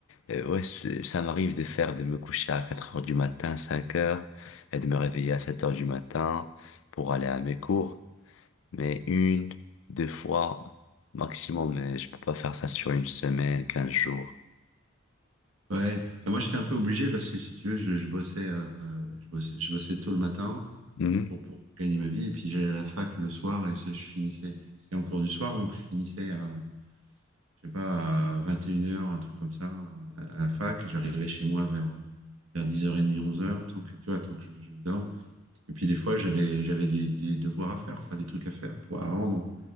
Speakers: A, on the left; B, on the right.
A: euh, ouais, c'est- ça m'arrive de faire, de me coucher à 4 heures du matin, 5 heures, et de me réveiller à 7 heures du matin pour aller à mes cours. Mais une, deux fois maximum, mais je peux pas faire ça sur une semaine, 15 jours.
B: Ouais, Euh, moi j'étais un peu obligé parce que si tu veux, je, je bossais, euh, euh, je bossais, je bossais tôt le matin
A: Mhm.
B: pour, pour gagner ma vie. Et puis j'allais à la fac le soir et ça, je finissais. C'était en cours du soir, donc je finissais à, je sais pas, à 21 heures un truc comme ça, à à la fac. Et j'arrivais chez moi vers, euh, vers 10h30, 11 heures tant que, tu vois, tant que je, je dorme. Et puis des fois, j'avais, j'avais des, des devoirs à faire, enfin des trucs à faire pour à rendre.